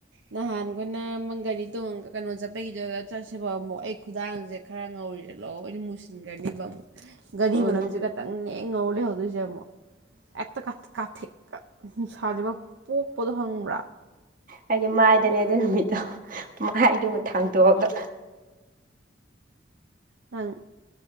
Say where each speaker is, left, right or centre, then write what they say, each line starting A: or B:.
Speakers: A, on the right; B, on the right.
A: ꯅꯍꯥꯟꯈꯣꯏꯅ ꯒꯥꯔꯤ ꯇꯣꯡꯉ ꯀꯩꯅꯣ ꯆꯠꯄꯒꯤꯗꯨ ꯆꯠꯁꯦꯕ ꯑꯃꯨꯛ ꯑꯩ ꯈꯨꯗꯥꯡꯁꯦ ꯈꯔ ꯉꯧꯔꯤꯁꯦ ꯂꯣꯏꯅ ꯃꯨꯁꯤꯟꯒꯔꯅꯦꯕ ꯑꯃꯨꯛ ꯒꯥꯔꯤ
B: ꯎꯝ
A: ꯃꯅꯝꯁꯦ ꯈꯛꯇꯪꯅꯦ ꯉꯧꯔ ꯂꯩꯍꯧꯗꯣꯏꯁꯦ ꯑꯃꯨꯛ ꯍꯦꯛꯇ ꯀꯥꯊꯦꯛ ꯅꯨꯡꯁꯥꯁꯦ ꯄꯣꯛꯄꯗꯣ ꯈꯪꯕ꯭ꯔꯥ
B: ꯍꯥꯏꯗꯤ ꯃꯥꯏꯗꯅꯦ
A: ꯑꯣ
B: ꯑꯗꯨ ꯅꯨꯃꯤꯠꯇꯣ ꯃꯥꯢꯗꯨ ꯊꯥꯡꯇꯣꯛꯑꯒ
A: ꯅꯪ